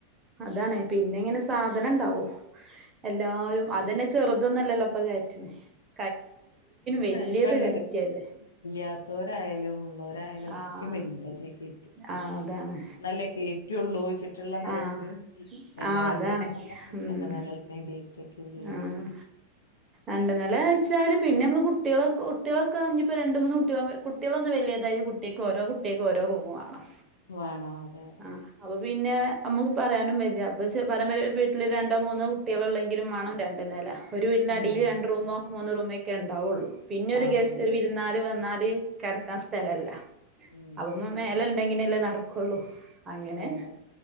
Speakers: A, on the right; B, on the left.
A: അതാണ് പിന്നെ ഇങ്ങനെ സ് സാധനം ഇണ്ടാവോ? എല്ലാവരും അതന്നെ ചെറുതോന്നല്ലല്ലോ അപ്പ <unintelligible> <unintelligible> വല്യത്
B: ഇപ്പണ്ട്
A: കയറ്റല്ലേ
B: ഇല്ലാത്തവരായാലും ഉള്ളവരായാലും ഒക്കെ
A: ആഹ്
B: വല്താ <unintelligible>
A: ആഹ് അതാണ്
B: ന്നല്ലേ കേറ്റുള്ളൂ വെച് മറ്റുള്ള നെലക്ക്
A: ആഹ്
B: എല്ലാരും
A: ആഹ് അതാണ് ഉം
B: അന്റെ <unintelligible> ചെയ്യാം.
A: ആഹ് രണ്ട് നെല വെച്ചാല് പിന്നെ നമ്മൾ കുട്ടികൾക്ക്‌ കുട്ടികളൊക്കെണെങ്കിൽ ഇപ്പോൾ രണ്ട് മൂന്ന് കുട്ടികളാമ്പോ കുട്ടികളൊന്ന് വല്ല്യതായ കുട്ടികക്ക് ഓരോ കുട്ടികക്ക് ഓരോ റൂമ് വേണം.
B: വേണം അതെ അതെ
A: ആഹ് അപ്പൊ പിന്നെ നമുക്ക് പറയാനും <unintelligible> അപ്പ ച്ച് പരമ്പര വീട് വീട്ടില് രണ്ടോ മൂന്നോ കുട്ടികളൊള്ളെങ്കിലും വേണം രണ്ട് നെല. ഒരു വീടിന്റെ
B: ഉം
A: അടിയിൽ രണ്ട് റൂമോ മൂന്ന് റൂമൊക്കെ ഉണ്ടാവുള്ളൂ. പിന്നെ
B: ഉണ്ടാവുള്ളു
A: ഒരു ഗസ് ഒരു വിരുന്നാല് വന്നാല് കെടക്കാൻ സ്ഥലല്ല.
B: ഉം
A: അവമ്മ മേലെല് എങ്ങനെയല്ലേ നടക്കുള്ളൂ. അങ്ങനെ
B: അതെ അതെ